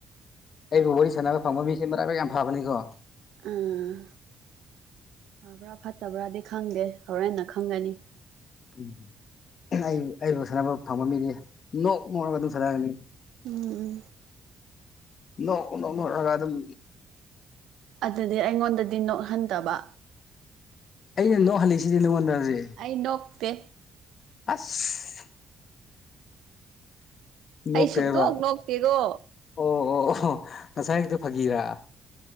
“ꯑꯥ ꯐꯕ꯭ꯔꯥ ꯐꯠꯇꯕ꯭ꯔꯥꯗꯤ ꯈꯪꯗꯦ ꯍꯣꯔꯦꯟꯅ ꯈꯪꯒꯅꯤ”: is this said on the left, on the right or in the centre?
Right